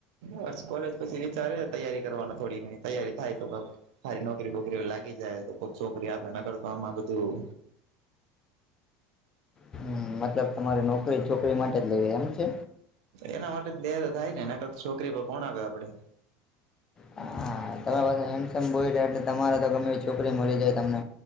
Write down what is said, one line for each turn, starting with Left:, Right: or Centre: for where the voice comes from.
Right: બસ કોલેજ પછી વિચારે તૈયારી કરવાનો થોડી ઘણી તૈયારી થાય તોારી નોકરી બોકરી લાગે લી જાય તોક છોકરી આપે ન કરતો આમાં બધું
Left: હ મતલબ તમારી નોકરી છોકરી માટે જ લઈ એમ છે
Right: એના માટે બેે થાય નેને છોકરી પર કોણ આવે આપડે
Left: હા તમારી પાસે હેન્ડસમ બોય રહ્યા એટલે તમારે તો ગમે છોકરી મળી જાય તમને